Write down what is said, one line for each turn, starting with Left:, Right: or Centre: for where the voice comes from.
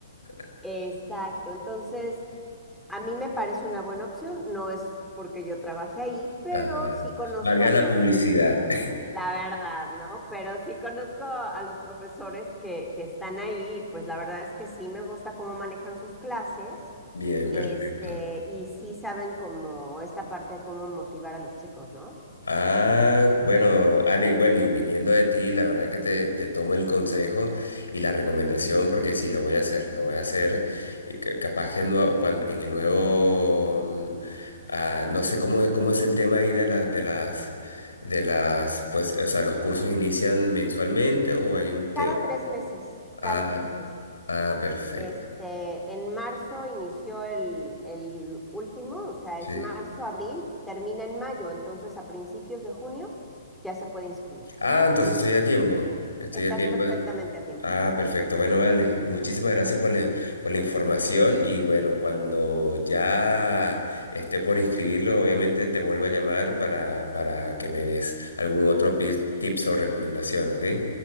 Left: <laughs>
Centre: Exacto. Entonces, a mí me parece una buena opción. No es porque yo trabajé ahí, pero
Left: Ajá.
Centre: sí conozco
Left: Valga
Centre: a
Left: la
Centre: los
Left: publicidad.
Centre: La verdad, ¿no? Pero sí conozco a los profesores que, que están ahí, y pues la verdad es que sí me gusta cómo manejan sus clases,
Left: <laughs> Bien,
Centre: este,
Left: perfecto.
Centre: y sí saben como esta parte de cómo motivar a los chicos, ¿no?
Left: Ah, bueno, Ale, bueno, y viniendo de ti, la verdad que te, te tomo el consejo y la recomendación porque sí, lo voy a hacer, lo voy a hacer y ca- capaz que cuando, en el nuevo, mm, ah, no sé cómo, es- cómo es el tema ahí de la- de las, de las, pues, o sea, los cursos inician mensualmente o hay un tema.
Centre: Cada tres meses, cada
Left: Ah,
Centre: tres meses.
Left: ah, perfecto.
Centre: Este, en marzo inició el, el último, o sea,
Left: Sí.
Centre: es marzo, abril, termina en mayo, entonces a principios de junio ya se puede inscribir.
Left: Ah, entonces estoy a tiempo, estoy
Centre: Estás
Left: a tiempo.
Centre: perfectamente a tiempo.
Left: Ah, perfecto. Bueno, vale. Muchísimas gracias por la, por la información y bueno, cuando ya esté por inscribirlo, obviamente te vuelvo a llamar para, para que me des algún otro pi- tips o recomendación, ¿ok?